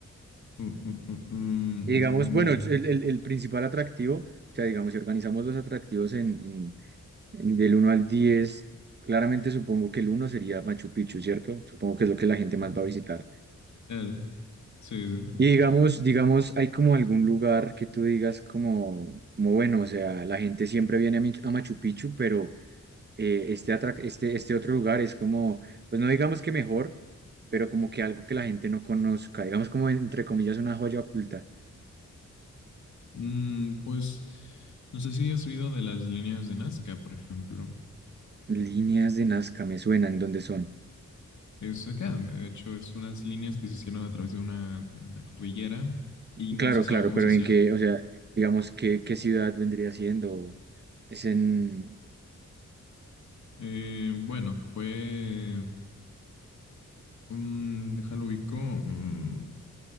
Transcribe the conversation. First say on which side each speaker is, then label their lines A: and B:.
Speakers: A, on the left; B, on the right.
A: Mm, mm, mm,
B: digamos,
A: mm,
B: bueno, es el, el- el principal atractivo, o sea, digamos, si organizamos los atractivos en, en- en del uno al 10, claramente supongo que el uno sería Machu Picchu, ¿cierto? Supongo que es lo que la gente más
A: mm,
B: va a visitar.
A: claro, sí, sí.
B: Y digamos, digamos, hay como algún lugar que tú digas como, como bueno, o sea, la gente siempre viene a, Mich- a Machu Picchu, pero eh, este, atrac- este, este otro lugar es como, pues no digamos que mejor, pero como que algo que la gente no conozca, digamos como entre comillas una joya oculta.
A: Mm, pues no sé si has oído de las líneas de Nazca, por ejemplo.
B: Líneas de Nazca me suenan, ¿dónde son?
A: Es acá, de hecho, es unas líneas que se hicieron a través de una, de la cordillera y no
B: Claro,
A: se sabe
B: claro,
A: cómo
B: pero
A: se hicieron.
B: en qué, o sea, digamos, ¿qué, qué ciudad vendría siendo? Es en,
A: Eh, bueno, fue Mm, déjalo ubico. mm,